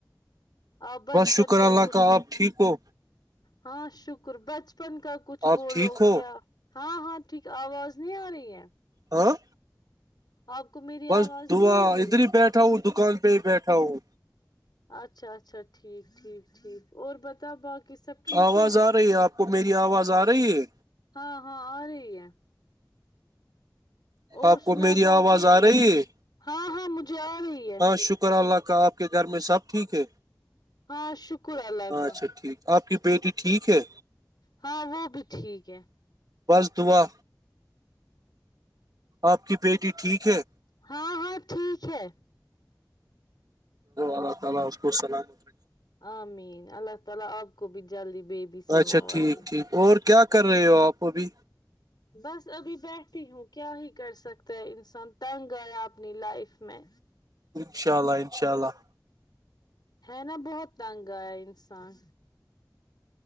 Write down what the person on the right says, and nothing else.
بس شکر
اللہ
آپ ٹھیک ہو
آپ
ٹھیک ہو
ہاں
بس
دعا
ادھر
ہی بیٹھا ہوں دکان پہ ہی بیٹھا ہوں
آواز
آ رہی ہے آپ کو میری آواز آ رہی ہے
آپ کو
میری
آواز آ رہی ہے
ہاں شکر اللہ کا آپ کے گھر میں سب ٹھیک ہے
ہاں
اچھا ٹھیک آپ کی بیٹی ٹھیک ہے
بس دعا آپ کی بیٹی ٹھیک ہے
اللہ تعالی اس کو سلامت رکھے
رکھے
اچھا
ٹھیک ٹھیک اور کیا کر رہے ہو آپ ابھی
انشاء اللہ انشاء اللہ